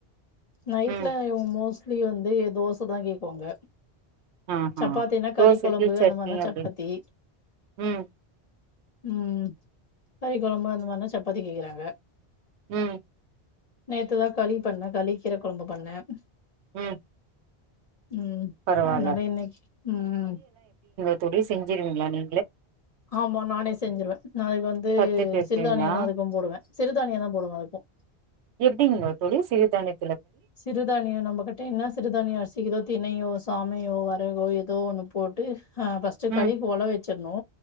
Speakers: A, on the left (about 50°); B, on the right (about 85°).
A: நைட்ல
B: ம்
A: மோஸ் பிள்ளைங்க வந்து தோச தா கேட்கோங்க
B: ஆஹா
A: சப்பாத்தினா கறி
B: தோசைக்கு
A: கொழம்பு
B: சட்னி
A: அந்த மாரினா
B: அப்டி
A: சப்பாத்தி
B: ம்
A: ம் கறி கொழம்பு அந்த மாரினா சப்பாத்தி கேக்குறாங்க
B: ம்
A: நேத்து தா களி பண்ண களி கீரை கொழம்பு பண்ணேன்
B: ம்
A: ம்
B: பரவால்ல
A: அதனால இன்னைக்கு ம்
B: <unintelligible> செஞ்சிருவிங்களா நீ
A: ஆமா நானே செஞ்சிருவன் நா அதுக்கு வந்து
B: கத்துட்டு இருக்கீங்களா
A: சிறுதானியம் தா அதுக்கும் போடுவேன் சிறுதானியம் தா போடுவே அதுக்கும்
B: எப்டிங்க தோழி சிறுதானிய
A: சிறுதானிய நம்ம கிட்ட என்ன சிறுதானிய அரிசி இருக்தோ தினையோ சாமையோ வரகோ ஏதோ ஒண்ணு போட்டு ஆ ஃபஸ்ட்டு
B: ம்
A: களி போல வச்சுறானு